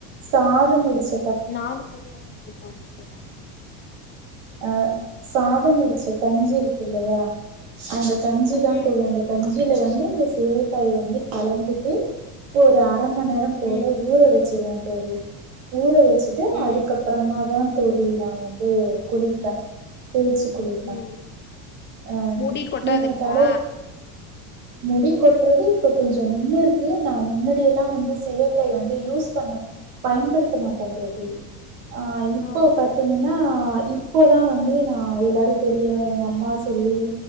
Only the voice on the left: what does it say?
நானு அதோதா <unintelligible>
ம்
ம்
ம்
ம்
முடி கொட்டாதுங்களா
ஆ